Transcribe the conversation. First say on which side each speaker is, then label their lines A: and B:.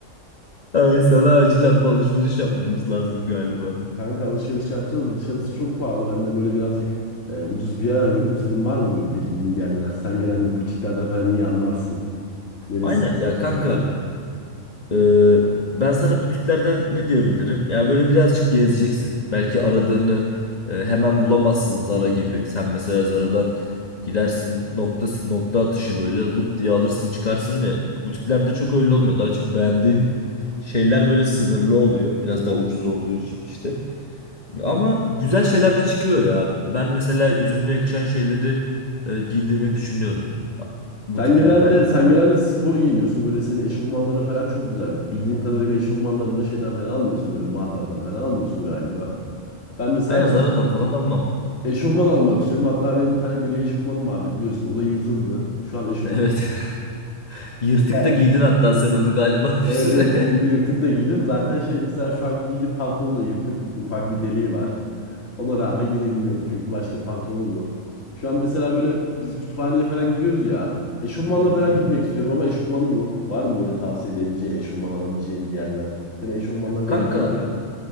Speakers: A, on the left; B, on the left.
A: Ay sana acilen bir alışveriş yapmamız lazım galiba.
B: Kanka alışveriş yapacağız. da Dışarısı çok pahalı. Ben de böyle birazcık e, ucuz bir yer arıyorum. Senin var mı böyle bildiğin yerler? Sen genelde butiklerden falan iyi anlarsın. Neresi
A: Aynen
B: satıyor
A: ya kanka
B: falan.
A: e, ben sana butiklerden ne diyebilirim? Ya böyle birazcık gezeceksin. Belki aradığını e, hemen bulamazsın Zara gibi. Sen mesela Zara'dan gidersin nokta si, nokta atışı böyle lup diye alırsın çıkarsın ya. Butiklerde çok öyle olmuyor. Daha çok beğendiğin şeyler böyle sınırlı oluyor. Biraz daha ucuz olduğu için işte. Ama güzel şeyler de çıkıyor ya. Ben mesela üzerime yakışan şeyleri e, giydiğimi düşünüyorum. Ha, Butiklerden.
B: Sen genelde sen genelde spor giyiniyorsun. Böyle senin eşofmanlara falan çok güzel. Bildiğim kadarıyla eşofmanlarını da şeyden falan almıyorsun. Böyle mağazalardan falan almıyorsun galiba. Ben mesela
A: Aynen Zara'dan falan almam.
B: eşofman almak istiyorum. Hatta benim bir tane gri eşofmanım vardı biliyorsun. O da yırtıldı. Şu
A: <laughs>
B: an eşofman.
A: Evet. <laughs> Yırtık
B: Evet.
A: da giydin hatta sen onu galiba <laughs> bir
B: Evet
A: süre.
B: evet y- yırtık da giydim. Zaten şey mesela şu anki giydiğim pantolon da yırtık. Ufak bir deliği var. Ona rağmen yine giyiyorum çünkü başka pantolonum yok. Şu an mesela böyle biz kütüphaneye falan gidiyoruz ya. Eşofmanla
A: Hı
B: falan
A: hı.
B: gitmek istiyorum ama eşofmanım yok. Var mı böyle tavsiye edebileceğin, eşofman alabileceğim bir yerler? Senin eşofmanlar genelde
A: Kanka
B: güzel.